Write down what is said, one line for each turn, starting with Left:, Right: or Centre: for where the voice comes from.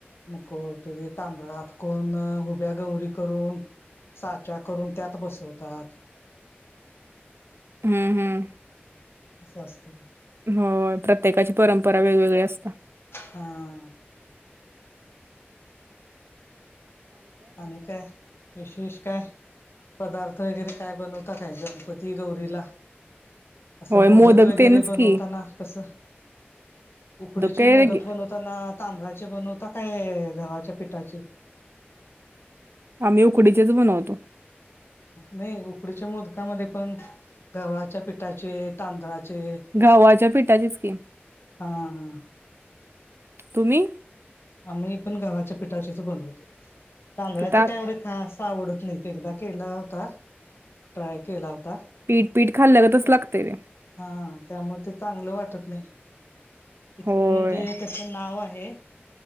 Left: मुकटरी तांदळ हातकून उुभ्या गौरी करून साचा करून त्यात बसवतात.
Right: हम्म हम्म..
Left: असं असतं.
Right: हो प्रत्येकाची परंपरा वेगवेगळी असतता.
Left: हां आणि काय विशेष काय पदार्थ वगैरे काय बनवतात काय गणपती गौरीला असं
Right: होय
Left: मोदक वगैरे
Right: तेनच
Left: पण
Right: की
Left: होता ना कसं उकडीचे
Right: काय
Left: मोदक
Right: वेगळे,
Left: बनवताना तांदळाचे बनवता काय गवा्हाच्या पिठाची.
Right: आम्ही उकडीचेच बनवतो.
Left: नाही उकडीच्या मोदकामध्ये पण गव्हाच्या पिठाचे तांदळाचे
Right: घावच्या पिठाची स्कीम.
Left: हा हा
Right: तुम्ही
Left: आम्ही पण गावाच्या पिठाचेच बनवतो तांदळाचे
Right: तिथ
Left: काय एवढे खास आवडत नाही ते एकदा केला होता ट्राय केला होता
Right: पीठ पीठ खाल्लं ग तच लागते ते
Left: हा त्यामुळे ते चांगलं वाटत नाही इतकं
Right: होय.
Left: म्हणजे त्याच नाव आहे